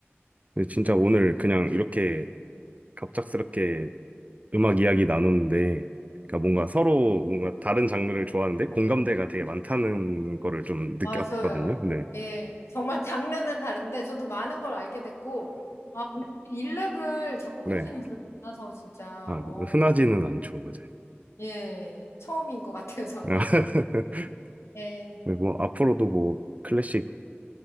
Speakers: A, on the right (about 35°); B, on the left (about 75°).
A: 근데 진짜 오늘 그냥 이렇게 갑작스럽게 음악 이야기 나눴는데, 그러니까 뭔가 서로 뭔가 다른 장르를 좋아하는데 공감대가 되게 많다는 거를 좀 느꼈거든요.
B: 맞아요.
A: 근데,
B: 예, 정말 장르는 다른데 저도 많은 걸 알게 됐고, 아, 일렉을 작곡하시는
A: 네.
B: 분을 만나서 진짜,
A: 아,
B: 어,
A: 흔하지는 않죠, 맞아요.
B: 예, 처음인 것 같아요, 저는.
A: <laughs>
B: 예,
A: 네, 뭐, 앞으로도 뭐, 클래식